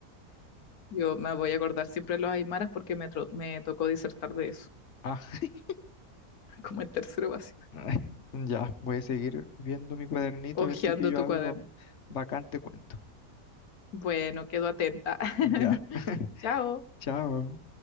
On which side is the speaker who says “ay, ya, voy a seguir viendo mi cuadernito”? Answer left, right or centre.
Left